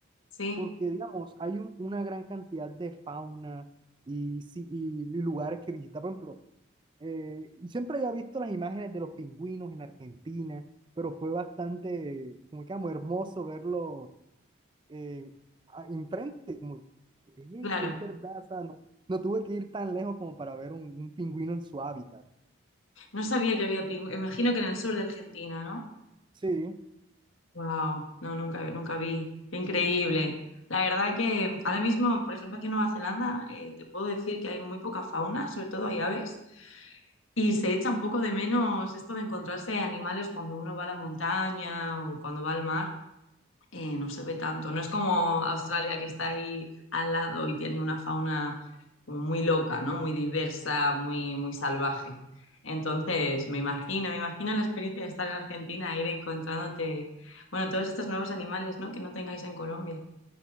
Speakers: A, on the left; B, on the right.
A: sí,
B: porque, digamos, hay un- una gran cantidad de fauna y, sí- y lugares que visitar. Por ejemplo, eh, y siempre había visto las imágenes de los pingüinos en Argentina, pero fue bastante, como que amo, hermoso verlo eh, a- enfrente, como que "Ey,
A: claro.
B: es verdad, o sea, no, no tuve que ir tan lejos como para ver un, un pingüino en su hábitat.
A: No sabía que había pingüinos. Imagino que en el sur de Argentina, ¿no?
B: Sí,
A: Wow, no, nunca, nunca vi. Qué increíble. La verdad que ahora mismo, por ejemplo, aquí en Nueva Zelanda, eh, te puedo decir que hay muy poca fauna, sobre todo hay aves, y se echa un poco de menos esto de encontrarse animales cuando uno va a la montaña o cuando va al mar eh, no se ve tanto. No es como Australia que está ahí al lado y tiene una fauna como muy loca, ¿no? Muy diversa, muy, muy salvaje. Entonces, me imagino, me imagino la experiencia de estar en Argentina, ir encontrándote, bueno, todos estos nuevos animales, ¿no? Que no tengáis en Colombia.